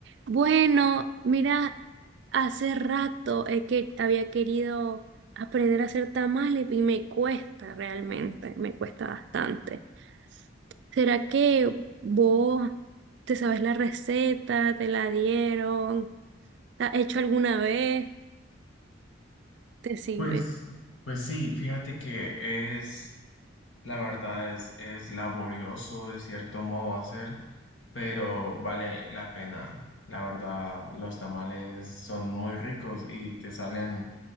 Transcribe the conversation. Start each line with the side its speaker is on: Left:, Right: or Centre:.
Right: Bueno, mira, hace rato eh, que había querido aprender a hacer tamales y me cuesta realmente, me cuesta bastante. ¿Será que vos te sabes la receta, te la dieron, la has hecho alguna vez? Decime.
Left: Pues, pues sí, fíjate que es, la verdad es, es laborioso de cierto modo hacer, pero vale la pena. La verdad, los tamales son muy ricos y te salen